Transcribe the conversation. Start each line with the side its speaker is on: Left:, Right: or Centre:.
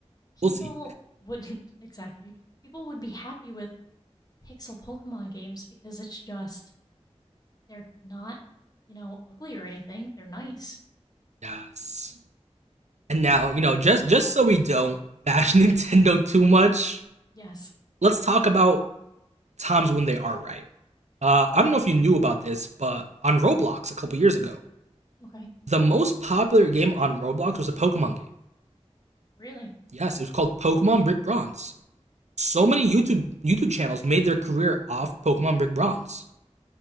Left: people
Right: we'll see.
Left: wouldn't <laughs> exactly. People would be happy with pixel Pokemon games because it's just they're not, you know, ugly or anything. They're nice.
Right: Yes, and now you know just just so we don't bash <laughs> Nintendo too much,
Left: Yes. <laughs>
Right: let's talk about times when they are right. Uh, I don't know if you knew about this, but on Roblox a couple years ago,
Left: Okay.
Right: the most popular game on Roblox was a Pokemon game.
Left: Really?
Right: Yes, it was called Pokemon Brick Bronze. So many YouTube YouTube channels made their career off Pokemon Brick Bronze,